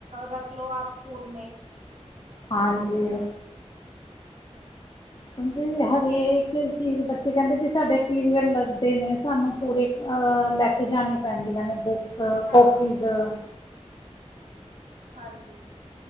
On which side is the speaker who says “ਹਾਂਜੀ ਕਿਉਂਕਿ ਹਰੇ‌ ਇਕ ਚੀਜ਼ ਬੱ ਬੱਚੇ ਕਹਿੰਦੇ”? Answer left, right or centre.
Left